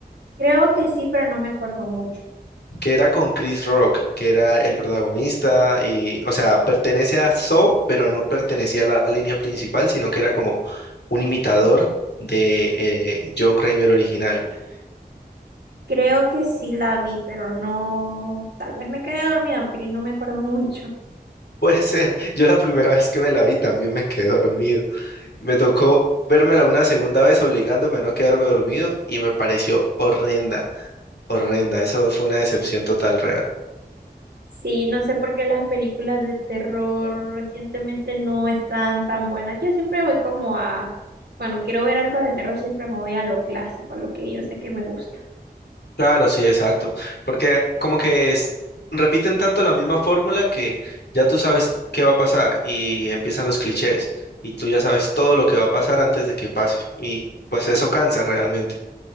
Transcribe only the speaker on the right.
creo que sí, pero no me acuerdo mucho.
Creo que sí la vi, pero no, tal vez me quedé dormida porque no me acuerdo <laughs> mucho.
Sí, no sé por qué las películas de terror recientemente no están tan buenas. Yo siempre voy como a, cuando quiero ver algo de terror, siempre me voy a lo clásico, a lo que yo sé que me gusta.